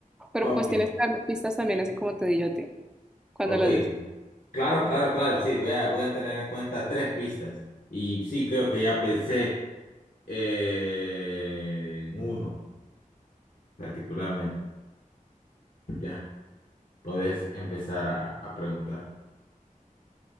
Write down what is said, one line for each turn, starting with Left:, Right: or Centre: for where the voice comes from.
Centre: Pero
Left: Ok,
Centre: pues tienes que dar pistas también, así como te di yo a ti, cuando
Left: ok.
Centre: las necesites.
Left: Claro, claro, claro, sí, voy a, voy a tener en cuenta tres pistas. Y sí, creo que ya pensé eh, en uno particularmente. Ya, podés empezar a, a preguntar.